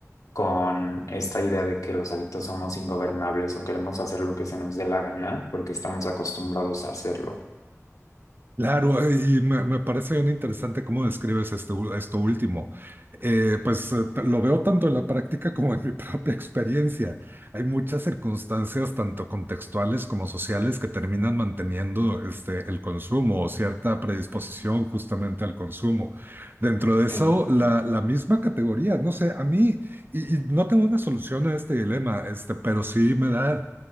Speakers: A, on the left; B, on the right.
A: con esta idea de que los adictos somos ingobernables o queremos hacer lo que se nos dé la gana porque estamos acostumbrados a hacerlo.
B: Claro, eh, y me, me parece bien interesante cómo describes esto ul- esto último. Eh, pues eh, t- lo veo tanto en la práctica como en mi <laughs> propia experiencia. Hay muchas circunstancias, tanto contextuales como sociales, que terminan manteniendo este, el consumo o cierta predisposición justamente al consumo. Dentro de eso,
A: Sí,
B: la, la misma categoría, no sé, a mí, y, y no tengo una solución a este dilema, este, pero sí me da...